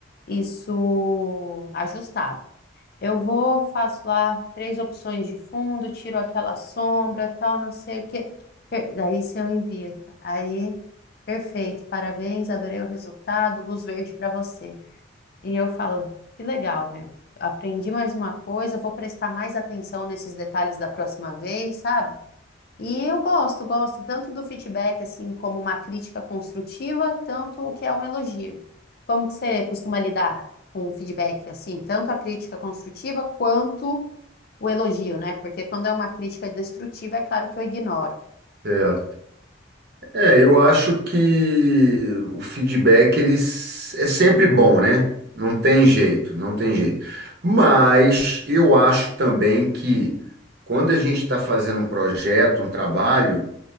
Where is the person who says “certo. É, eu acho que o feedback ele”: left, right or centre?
Right